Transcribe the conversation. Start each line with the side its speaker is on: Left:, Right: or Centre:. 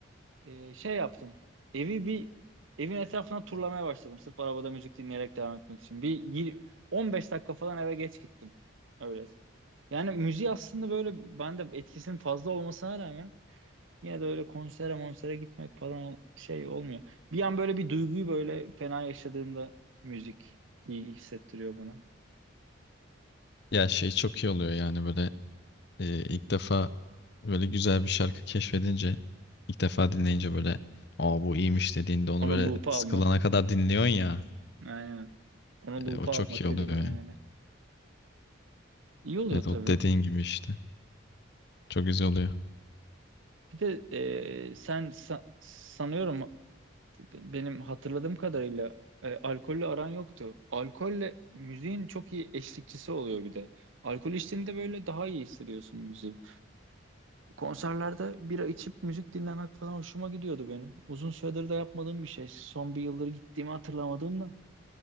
Right: e, şey yaptım. Evi bir evin etrafına turlamaya başladım. Sırf arabada müzik dinleyerek devam etmek için. Bir yir- 15 dakika falan eve geç gittim. Öyle. Yani müziği aslında böyle bende etkisinin fazla olmasına rağmen yine de öyle konsere monsere gitmek falan şey olmuyor. Bir an böyle bir duyguyu böyle fena yaşadığımda müzik iyi hissettiriyor bana.
Left: Ya şey çok iyi oluyor yani böyle. Ee, ilk defa böyle güzel bir şarkı keşfedince, ilk defa dinleyince böyle aa bu iyiymiş dediğinde onu
Right: Onu
Left: böyle
Right: loop'a
Left: sıkılana
Right: almak.
Left: kadar dinliyorsun ya.
Right: Aynen. Onu loop'a
Left: e, o çok
Right: almak
Left: iyi oluyor
Right: dediğim
Left: yani.
Right: o yani. İyi oluyor
Left: Evet
Right: tabii.
Left: o dediğin gibi işte. Çok güzel oluyor.
Right: Bir de e, sen sa- sanıyorum Benim hatırladığım kadarıyla e, alkolle aran yoktu. Alkolle müziğin çok iyi eşlikçisi oluyor bir de. Alkol içtiğinde böyle daha iyi hissediyorsun müziği. Konserlerde bira içip müzik dinlemek falan hoşuma gidiyordu benim. Uzun süredir de yapmadığım bir şey. Son bir yıldır gittiğimi hatırlamadım da